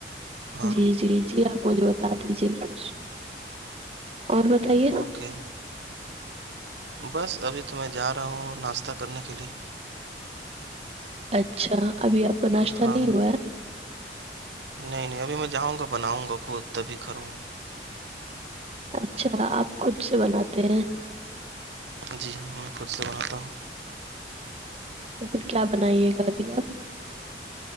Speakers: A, on the right; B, on the right.
A: ہاں
B: جی جی جی آپ مجھے بتا دیجیے کچھ اور بتائیے
A: اوکے بس ابھی تو میں جا رہا ہوں ناشتہ کرنے کے لیے
B: اچھا ابھی آپ کو ناشتہ
A: ہاں
B: نہیں ہوا
A: نہیں نہیں ابھی میں جاؤں گا بناؤں گا خود تبھی کروں گا
B: اچھا آپ خود سے بناتے ہیں
A: جی ہاں میں خود سے بناتا ہوں
B: تو پھر کیا بنائیے گا ابھی آپ